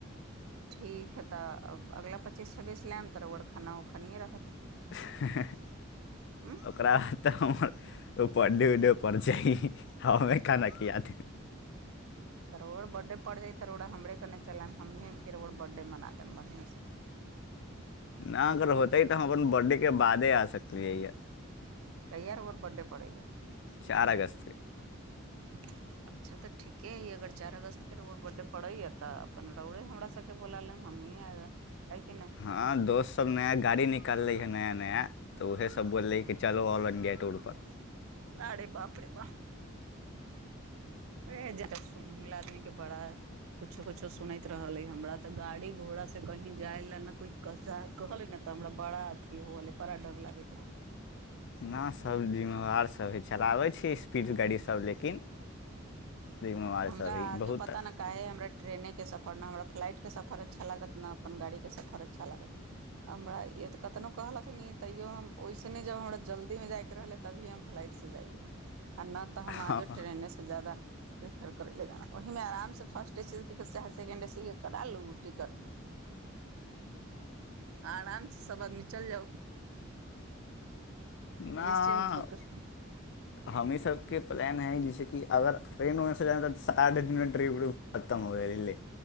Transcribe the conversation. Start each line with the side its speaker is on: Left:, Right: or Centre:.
Right: ठीक हइ तऽ अगिला पच्चीस छब्बीस लेब तऽर खाना ओ खानिये रहत
Left: <unintelligible>
Right: हम्म
Left: ओकरा बाद तऽ हमरपर्डे उडेपर जा हमे खाना कि याद
Right: रोड़ा बर्थडे पड़ि जाइ रोड़ेरे हमने कने चलब हमहीँ के रोड़के बर्डे मना देब बढ़िआँसँ
Left: नऽ अगर
Right: की
Left: होतै तऽ हम अपन बॉडीके बादधे आ सकलियै हऽ
Right: कहिया रोअर बर्थडे परे यऽ
Left: चारि अगस्तके
Right: <unintelligible> अच्छा तऽ ठीके हइ अगर चारि अगस्तके रो बर्थडे पड़ैया तऽ अपन रोड़े हमरा सबके बोला लेब हमहँ आएब हिय कि नहि
Left: हँ दोस्त सब नया गाड़ी निकालले है नया नया तऽ उएहसभ बोललै कि चलल इ्डिया टूरपर
Right: अरे बाप रे बाप है जकर सुनहु लऽ आदमी के बड़ा कुछो कुछो सुनैत रहलैइ हमरा तऽ गाड़ी घोड़ासँ कहीँ जाइलए ने कोइ कसा कहलै ने तऽ हमरा बड़ा अथी होलै बड़ा डर लगैत रहै
Left: नऽ सब जिम्मेवार सब हइ चलाबै छै स्पीड गाड़ी सब लेकिन जिम्मेदार
Right: हमरा
Left: सभ हैय
Right: आजो
Left: बहुत
Right: पता न काहे हमरा ट्रेनेके सफर नहि हमरा फ्लाइटके सफर अच्छा लागत ने अपन गाड़ीके सफर अच्छा लागत हमरा एते कतनो कहल हथिन तैयो हम ओहिसे ने जब हमरा जल्दी मे जायके रहले तभी हम फ्लाइट से जाइयए आ नहि तऽ हम
Left: हाँ,
Right: आ जाो ट्रेने से जादा प्रेफर करै लए जाना ओहिमे आरामसँ फर्स्टे ए सी चाहे सेकेण्डे ए सीे कटाल लू टिकट <inaudible> आ आराम सँ सब आदमी चल जाउ
Left: ना
Right: निश्चिन्त होकर
Left: हमी सबके प्लान है जैसे कि अगर ट्रेनमेनेसँ जा तऽ सा दिनमे ट्रिप उ खतम हो गेल ले